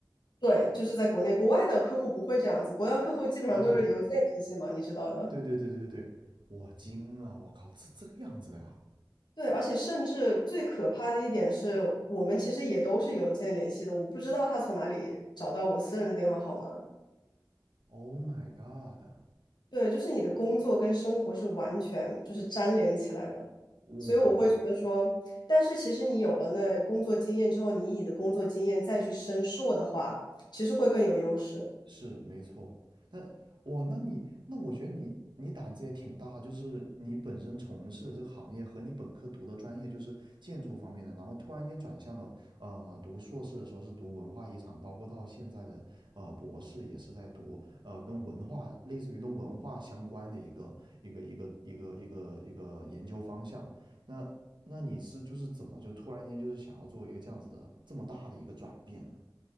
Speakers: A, on the left; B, on the right.
A: 对，就是在国内，国外的客户不会这样子，国外客户基本上都是邮件联系嘛，
B: 啊，对
A: 你知道的。
B: 对对对对对对，我惊了，我靠，这这个样子的呀
A: 对，而且甚至最可怕的一点是，我们其实也都是邮件联系的，我不知道他从哪里找到我私人的电话号码。
B: ！Oh my god！
A: 对，就是你的工作跟生活是完全就是粘连起来的，
B: 哇，
A: 所以我会觉得说，但是其实你有了那工作经验之后，你以你的工作经验再去申硕的话，其实会更有优势。
B: 是没错。但哇，那你那我觉得你你胆子也挺大，就是你本身从事这个行业和你本科读的专业就是建筑方面的，然后突然间转向了呃读硕士的时候是读文化遗产，包括到现在的呃博士也是在读呃跟文化类似于跟文化相关的一个一个一个一个一个一个研究方向。那那你是就是怎么就突然间就是想要做一个这样子的这么大的一个转变呢？